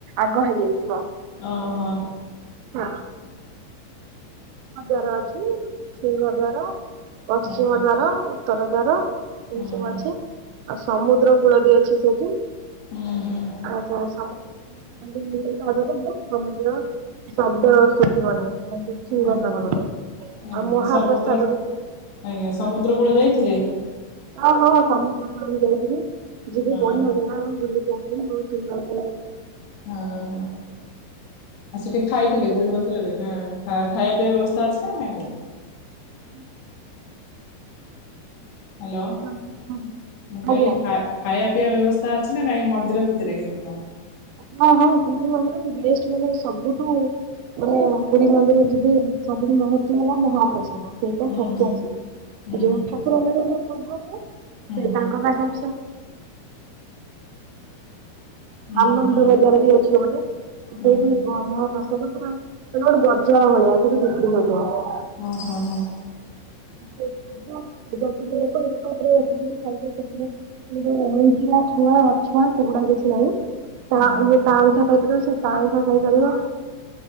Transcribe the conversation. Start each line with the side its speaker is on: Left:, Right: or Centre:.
Right: ଆଗ ହେଇଯାଇଯିବ।
Left: ଓହୋ।
Right: ହ ଜାର ଅଛି। ସିଂହ ଦ୍ୱାର ପଶ୍ଚିମ
Left: ଆଜ୍ଞା
Right: ଦ୍ୱାର ଉତ୍ତର ଦ୍ୱାର
Left: ହୁଁ
Right: ଏ ସବୁ
Left: ହୁଁ
Right: ଅଛି। ଆଉ ସମୁଦ୍ର କୂଳ ବି ଅଛି ସେଠି।
Left: ହୁଁ ହୁଁ।
Right: ଆ ସମ ମନ୍ଦର ଭିତରେଲ ସମୁଦ୍ର <unintelligible> ଶବ୍ଦ
Left: ହୁଁ
Right: ଶୁଭିବନି ମାନେ ସିହ
Left: ଆଜ୍ଞା
Right: ଦ୍ଵାରପଟେ ଆଉ
Left: ଆଜ୍ଞା
Right: ମହାପ୍ରସାଦରେ
Left: ସମୁଦ୍ର ଆଜ୍ଞା ସମୁଦ୍ର କୂଳ ଯାଇଥିଲେ?
Right: ହଉ ହଁ ସମୁଦ୍ରକୂଳ ବି ଯାଇଥିଲି ଯିବି
Left: ହଁ
Right: ବଢିଆ
Left: ହଁ
Right: ଜାଗା ଆମେ ବୁଲି କି ଆ ମୁଁକଇନି ବହୁ ସୁନ୍ଦର ସେ ଜାଗା।
Left: ହଁ ହଁ ଆଉ ସେଠି ଖାଇଥିଲେ ପୁରୀ ମନ୍ଦିରରେ ନା ଖା ଖାଇବା ପିଇବା ବ୍ୟବସ୍ତା ଅଛି ନା ନାଇଁ?
Right: ହୁଁ।
Left: ହ୍ୟାଲୋ
Right: ସବୁ ସବୁ-
Left: ମୁଁ କାଇିଲି
Right: ଆଜ୍ଞା।
Left: ଖା ଖାଇବା ପିଇବା ବ୍ୟବସ୍ଥା ଅଛି ନା କାଇଁ ମନ୍ଦିର ଭିତରେ କେମିତି କଣ?
Right: ହଁ ହଁ ପୁରିମନ୍ଦିର <unintelligible> ସବୁଠୁ ମାନେ ପୁରୀ ମନ୍ଦିର ଯିବେ ସବୁଠି ମହତ୍ଵ ହେଲା ମହାପ୍ରସଦ। ସେଇଟା
Left: ହୁଁ
Right: ସଜି ଆସିବି
Left: ହୁଁ
Right: ଯୋଉ ଠାକୁରଙ୍କର ଯୋଉ ଭୋଗ ହ
Left: ହୁଁ
Right: ସେ
Left: ହୁଁ
Right: ତାଙ୍କ ପାଖରେ
Left: ହୁଁ
Right: ଆନନ୍ଦବଜାର
Left: ହୁଁ
Right: ବି ଅଛି ଗୋଟେ ସେଇଠି
Left: ହଁ ହଁ
Right: ମହାପସବ ପୁରା ସେଟା ଗୋଟେ ବଜାର ଭଳିଆ ସେଇଠି ବିକ୍ରି ହଉଥିବ।
Left: ହଁ, ହଁ, ହଁ
Right: ବାି ବ ଏକ ଅସ ଖାଇ <unintelligible> <unintelligible> ଛୁଆ ଅଛୁଆ ସେଗଡା କିଛି ନାାଇ ତା
Left: ହଁ
Right: ଇଏ ତାଆଇଁଠା ଖାଇପାରିବ ସେ ତା ଆଇଁଠା ଖାଇପାରିବ।